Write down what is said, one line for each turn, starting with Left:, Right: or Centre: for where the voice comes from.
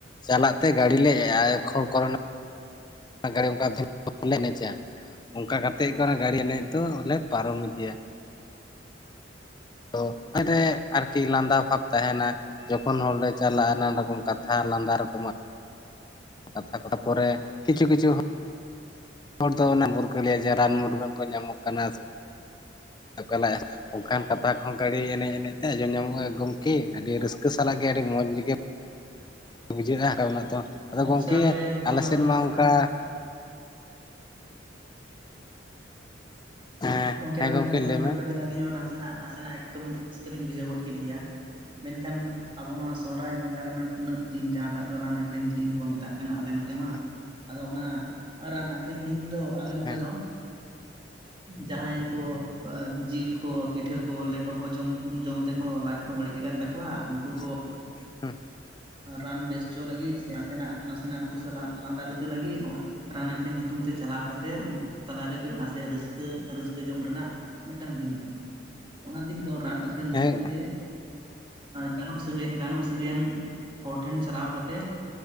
Left: ᱪᱟᱞᱟᱜ ᱛᱮ ᱜᱟᱰᱤ ᱞᱮ ᱠᱷᱚᱲ ᱠᱚᱨᱮᱱᱟᱜ᱾ ᱚᱱᱟ ᱜᱟᱹᱰᱤ ᱚᱱᱠᱟᱞ ᱞᱮ ᱮᱱᱮᱡᱟ ᱚᱱᱠᱟ ᱠᱟᱛᱮᱫ ᱜᱮ ᱚᱱᱟ ᱜᱟᱹᱰᱤ ᱮᱱᱮᱡ ᱫᱚᱞᱮ ᱯᱟᱨᱚᱢ ᱤᱫᱤᱭᱟ᱾ ᱛᱚ ᱚᱸᱰᱮ ᱟᱨᱠᱤ ᱞᱟᱸᱫᱟ ᱵᱷᱟᱵᱽ ᱛᱟᱦᱮᱱᱟ᱾ ᱡᱚᱠᱷᱚᱱ ᱦᱚᱲᱞᱮ ᱪᱟᱞᱟᱜᱼᱟ ᱱᱟᱱᱟ ᱨᱚᱠᱚᱢ ᱠᱟᱛᱷᱟ ᱞᱟᱸᱫᱟ ᱨᱚᱠᱚᱢᱟᱜ ᱠᱟᱛᱷᱟ ᱠᱚᱫᱚ ᱯᱚᱨᱮ ᱠᱤᱪᱷᱩ ᱠᱤᱪᱷᱩ ᱦᱚ ᱦᱚᱲ ᱫᱚ ᱚᱱᱟ ᱵᱷᱩᱨᱠᱟᱹᱞᱭᱟ ᱡᱮ ᱨᱟᱱ ᱢᱩᱨᱜᱟᱹᱱ ᱠᱚ ᱧᱟᱢᱚᱜ ᱠᱟᱱᱟ᱾ ᱛ ᱠᱟᱞ <unintelligible> ᱚᱱᱠᱟᱱ ᱠᱟᱛᱷᱟ ᱠᱚᱦᱚᱸᱰᱤ ᱮᱱᱮᱡ ᱮᱱᱮᱡᱛᱮ ᱟᱸᱡᱚᱢ ᱧᱟᱢᱚᱜᱼᱟ ᱜᱚᱢᱠᱮ ᱟᱹᱰᱤ ᱨᱟᱹᱥᱠᱟᱹ ᱥᱟᱞᱟᱜ ᱜᱮ ᱟᱹᱰᱤ ᱢᱚᱸᱡᱽᱜᱮ ᱵᱩᱡᱷᱟᱹᱜᱼᱟ ᱛᱚ ᱟᱫᱚ
Right: ᱟᱪᱪᱷᱟ
Left: ᱜᱚᱢᱠᱮ
Right: ᱜᱚᱝᱠᱮ ᱮᱠᱫᱚᱢ
Left: ᱟᱞᱮᱥᱮᱫ
Right: ᱟᱹᱵᱤᱱᱟᱜ
Left: ᱢᱟ
Right: ᱠᱟᱛᱷᱟ
Left: ᱚᱱᱠᱟ᱾
Right: ᱟᱸᱡᱚᱢ
Left: ᱦᱮᱸ
Right: ᱜᱚᱝᱠᱮ
Left: ᱦᱮᱸ
Right: ᱟᱹᱵᱤᱱᱟᱜ
Left: ᱜᱚᱢᱠᱮ
Right: ᱠᱟᱛᱷᱟ
Left: ᱞᱟᱹᱭ
Right: ᱟᱸᱡᱚᱢ
Left: ᱢᱮ
Right: ᱠᱟᱛᱮᱫ ᱟᱹᱞᱤᱧ ᱦᱚᱸ ᱱᱟᱥᱮᱱᱟᱜ ᱱᱟᱥᱮᱱᱟᱜ ᱮᱠᱫᱚᱢ ᱨᱟᱹᱥᱠᱟᱹ ᱞᱤᱧ ᱵᱩᱡᱷᱟᱹᱣ ᱜᱚᱫ ᱠᱮᱫ ᱜᱮᱭᱟ᱾ ᱢᱮᱱᱠᱷᱟᱱ ᱟᱵᱚ ᱱᱚᱣᱟ ᱥᱚᱦᱟᱭ ᱵᱚᱸᱜᱟ ᱨᱮᱱᱟᱜ ᱯᱩᱱᱟᱹᱜ ᱫᱤᱱ ᱡᱟᱦᱟᱸᱴᱟᱜ ᱫᱚ ᱨᱟᱱ ᱟᱠᱠᱷᱨᱤᱧ ᱫᱤᱱ ᱦᱚᱸᱠᱚ ᱢᱮᱛᱟᱜ ᱠᱟᱱᱟ ᱟᱞᱮ ᱱᱚᱛᱮ ᱢᱟ᱾
Left: <inaudible>
Right: ᱟᱫᱚ ᱚᱱᱟ ᱨᱟᱱ ᱟᱹᱠᱷᱨᱤᱧ ᱫᱤᱱ ᱫᱚ ᱟᱞᱮ ᱱᱚᱛᱮ
Left: ᱦᱮᱸ
Right: ᱫᱚ ᱡᱟᱦᱟᱸᱭ ᱠᱚ ᱡᱤᱞ ᱠᱚ ᱯᱤᱴᱷᱟᱹ ᱠᱚ ᱞᱮᱴᱚ ᱠᱚ ᱡᱚᱢ ᱡᱚᱢ ᱛᱮᱠᱚ ᱞᱟᱡ ᱠᱚ ᱵᱟᱹᱲᱤᱡ ᱟᱠᱟᱱ ᱛᱟᱠᱚᱣᱟ ᱩᱱᱠᱩ ᱠᱚ᱾
Left: <unintelligible>
Right: ᱨᱟᱱ ᱵᱮᱥ ᱦᱚᱪᱚ ᱞᱟᱹᱜᱤᱫ ᱥᱮ ᱱᱟᱥᱮᱱᱟᱜ ᱱᱟᱥᱮᱱᱟᱜ ᱩᱱᱠᱩ ᱥᱟᱞᱟᱜ ᱞᱟᱸᱫᱟ ᱨᱤᱠᱟᱹ ᱞᱟᱹᱜᱤᱫ ᱚᱱᱟ᱾ ᱨᱟᱹᱱ ᱟᱹᱠᱨᱤᱧ ᱧᱩᱛᱩᱢ ᱛᱮ ᱪᱟᱞᱟᱣ ᱠᱟ ᱠᱟᱛᱮᱮᱫ ᱩᱱᱠᱩ ᱛᱟᱞᱟᱨᱮ ᱠᱟᱹᱡ ᱱᱟᱥᱮ ᱨᱟᱹᱥᱠᱟᱹ ᱨᱟᱹᱥᱠᱟᱹ ᱡᱚᱝ ᱨᱮᱱᱟᱜ᱾ ᱢᱤᱫᱴᱟᱝ ᱫᱤᱱ ᱠᱟᱱᱟ᱾ ᱚᱱᱟ ᱫᱤᱱ ᱫᱚ ᱨᱟᱱ ᱟᱹᱜ᱾ ᱧᱩᱛᱩᱢ
Left: ᱦᱮᱸ
Right: ᱛᱮ ᱜᱟᱱᱚᱜ ᱥᱟᱹᱜᱟᱹᱭ ᱜᱟᱱᱚᱜᱟᱹᱜ᱾ ᱥᱟᱹᱜᱟᱹᱭᱟᱱ ᱦᱚᱲ ᱴᱷᱮᱱ ᱪᱟᱞᱟᱣ ᱠᱟᱛᱮᱫ᱾